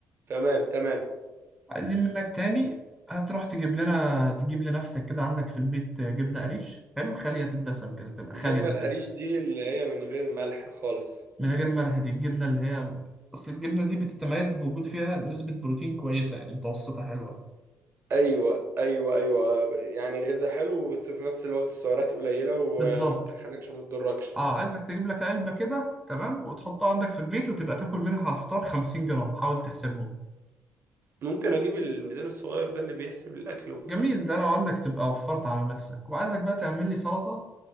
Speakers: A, on the right; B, in the centre.
A: تمام تمام
B: عايزين منك تاني هتروح تجيب لنا تجيب لنفسك كده عندك في البيت جبنة قريش حلو خالية الدسم كده تبقى
A: جبنا
B: خالية من الدسم
A: القريش دي اللي هي من غير ملح خالص
B: من غير ملح دي الجبنة اللي هي أصل الجبنة دي بتتميز بوجود فيها نسبة بروتين كويسة يعني متوسطة حلوة
A: ايوه ايوه ايوه يعني غذاء حلو بس في نفس الوقت السعرات قليله وما
B: بالظبط
A: تخنكش وما تضركش
B: اه عايزك تجيب لك علبة كده تمام وتحطها عندك في البيت وتبقى تاكل منها على الفطار 50 جرام حاول تحسبهم
A: ممكن اجيب الميزان الصغير ده اللي بيحسب الاكل والكلام
B: جميل
A: ده
B: ده لو عندك تبقى وفرت على نفسك وعايزك بقى تعمل لي سلطة